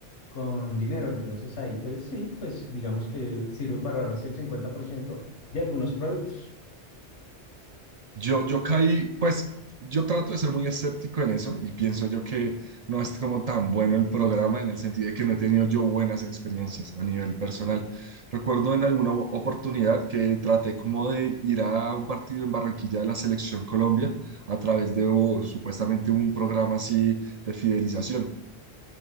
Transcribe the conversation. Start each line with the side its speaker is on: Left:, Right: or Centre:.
Left: con dinero. Entonces ahí pues sí, pues digamos que sirve para ahorrarse el 50% de algunos productos.
Right: Yo, yo caí, pues yo trato de ser muy escéptico en eso y pienso yo que no es como tan bueno el programa en el sentido de que no he tenido yo buenas experiencias a nivel personal. Recuerdo en alguna o- oportunidad que traté como de ir a un partido en Barranquilla de la Selección Colombia a través de o, supuestamente un programa así de fidelización.